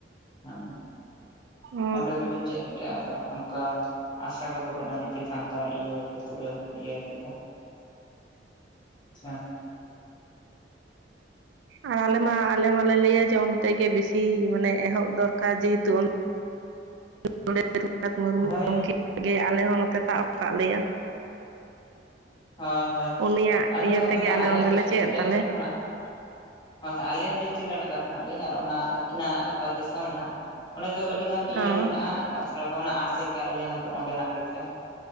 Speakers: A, on the left; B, on the right.
A: ᱦᱮᱸ ᱾
B: ᱚ
A: ᱚᱸᱰᱮ ᱜᱮᱞᱤᱧ ᱪᱮᱫ ᱠᱟᱜ-ᱟ ᱟᱫᱚ ᱚᱱᱠᱟ ᱟᱥᱲᱟ ᱠᱚᱫᱚ ᱵᱟᱹᱱᱩᱜ ᱟᱹᱱᱤᱡ ᱪᱮ ᱥᱟᱱᱛᱟᱲ ᱤᱭᱟᱹ ᱯᱩᱨᱟᱹ ᱤᱭᱟᱹ ᱟᱛᱮᱫ ᱫᱚ ᱾ ᱟᱪᱪᱷᱟ ᱾
B: ᱟᱨ ᱟᱞᱮ ᱢᱟ ᱟᱞᱮ ᱢᱟᱞᱮ ᱞᱟᱹᱭᱟ ᱡᱮ ᱚᱱᱛᱮ ᱜᱮ ᱵᱮᱥᱤ ᱢᱟᱱᱮ ᱮᱦᱚᱵ ᱫᱚᱨᱠᱟᱨ ᱡᱮᱦᱮᱛᱩ <inaudible> ᱨᱟᱹᱜᱷᱩᱱᱟᱛᱷ ᱢᱩᱨᱢᱩ
A: ᱦᱳᱭ
B: ᱜᱚᱢᱠᱮ ᱜᱮ ᱟᱞᱮ ᱦᱚᱸ ᱱᱚᱛᱮ ᱛᱟᱵ ᱟᱠᱟᱫ ᱞᱮᱭᱟ ᱾
A: ᱦᱚᱭ ᱦᱚᱭ
B: ᱩᱱᱤᱭᱟᱜ
A: ᱟᱞᱮᱭᱟᱜ
B: ᱤᱭᱟᱹ ᱛᱮᱜᱮ
A: ᱢᱟᱱᱮ
B: ᱟᱞᱮ
A: ᱟᱞᱮᱭᱟᱜ
B: ᱱᱚᱸᱰᱮᱞᱮ
A: ᱰᱤᱥᱴᱤᱠ
B: ᱪᱮᱫ
A: ᱨᱮᱭᱟᱜ
B: ᱫᱟᱞᱮ
A: ᱠᱟᱛᱷᱟ ᱱᱷᱟᱜ ᱾ ᱦᱚᱭ ᱦᱚᱭ ᱟᱞᱮᱭᱟᱜ ᱰᱤᱥᱴᱤᱠ ᱨᱮᱱᱟᱜ ᱠᱟᱛᱷᱟ ᱱᱷᱟᱜ ᱞᱤᱧ ᱟᱨ ᱚᱱᱟ ᱟᱹᱠᱤᱱᱟᱜ ᱚᱠᱟ ᱫᱤᱥᱚᱢ ᱱᱷᱟᱜ ᱚᱸᱰᱮ ᱫᱚ ᱟᱹᱰᱤᱜᱟᱱ ᱤᱭᱟᱹ
B: ᱦᱚᱸ
A: ᱦᱮᱱᱟᱜᱼᱟ <unintelligible> ᱚᱱᱟ ᱟᱥᱮᱠᱟ ᱤᱭᱟᱹ ᱦᱚᱸᱛᱚ ᱚᱸᱰᱮᱱᱟᱜ ᱜᱮᱥᱮ